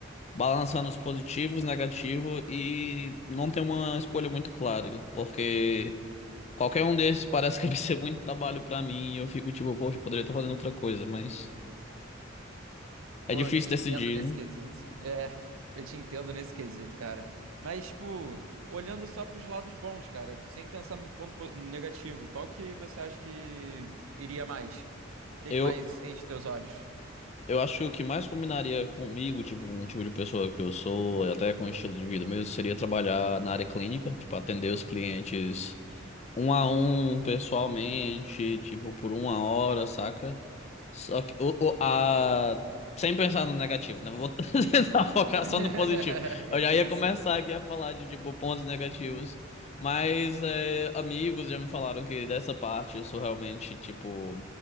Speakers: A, on the left; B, on the right.
A: balançando os positivos, negativos e não tenho uma escolha muito clara, porque qualquer um desses parece que <laughs> vai ser muito trabalho pra mim e eu fico tipo, poxa, eu poderia estar fazendo outra coisa, mas
B: Pô,
A: é difícil
B: eu te
A: decidir,
B: entendo nesse
A: né?
B: quesito. É, eu te entendo nesse quesito, cara. Mas, tipo, olhando só pros lados bons, cara, sem pensar no ponto po- negativo, qual que você acha que iria mais? O que
A: Eu,
B: que mais enche teus olhos?
A: Eu acho que o que mais combinaria comigo, tipo, um tipo de pessoa que eu sou, e até com o estilo de vida mesmo, seria trabalhar na área clínica, tipo, atender os clientes um a um pessoalmente, tipo, por uma hora, saca? Só que o, o- a... sem pensar no negativo, né? Vou <laughs> tentar focar
B: <laughs>
A: só no positivo. Eu já
B: Isso.
A: ia começar aqui a falar de, tipo, pontos negativos. Mas é, amigos já me falaram que dessa parte eu sou realmente, tipo.